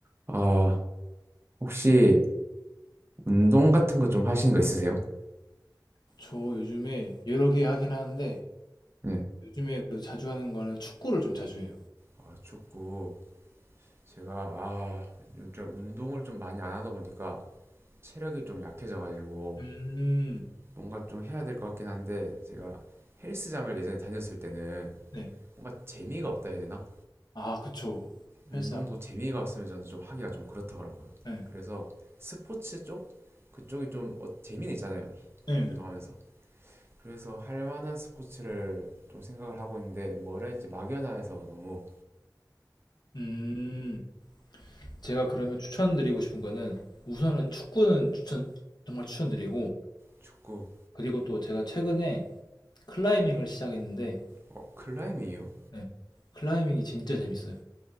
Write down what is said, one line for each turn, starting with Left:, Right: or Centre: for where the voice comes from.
Right: 아, 혹시 운동 같은 거 좀 하시는 거 있으세요?
Left: 저 요즘에 여러 개 하긴 하는데
Right: 네.
Left: 요즘에 그래도 자주 하는 거는 축구를 좀 자주 해요.
Right: 아, 축구. 제가, 아, 요즘 운동을 좀 많이 안 하다 보니까 체력이 좀 약해져가지고
Left: 음,
Right: 뭔가 좀 해야 될 것 같긴 한데 제가 헬스장을 예전에 다녔을 때는
Left: 네.
Right: 뭔가 재미가 없다 해야 되나?
Left: 아, 그쵸.
Right: 운동도
Left: 헬스장.
Right: 재미가 없으면 저는 좀 하기가 좀 그렇더라고요.
Left: 네.
Right: 그래서 스포츠 쪽? 그쪽이 좀 어, 재미는 있잖아요.
Left: 네.
Right: 운동하면서. 그래서 할 만한 스포츠를 좀 생각을 하고 있는데 뭐라 할지 막연해서 너무
Left: 음, 제가 그러면 추천드리고 싶은 거는 우선은 축구는 추천, 정말 추천드리고
Right: 축구,
Left: 그리고 또 제가 최근에 클라이밍을 시작했는데
Right: 어, 클라이밍이요?
Left: 네. 클라이밍이 진짜 재밌어요.